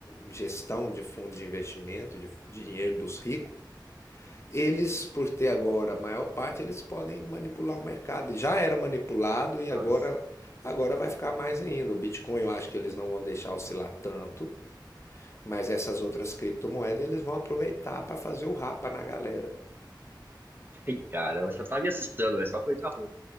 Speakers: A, on the left; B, on the right.
A: gestão de fundo de investimento, de, de dinheiro dos ricos. Eles, por ter agora a maior parte, eles podem manipular o mercado. Já era manipulado e
B: Nossa,
A: agora agora vai ficar mais ainda. O Bitcoin eu acho que eles não vão deixar oscilar tanto, mas essas outras criptomoedas eles vão aproveitar para fazer o rapa na galera.
B: <laughs> ai, cara, você tá me assustando, é só coisa ruim.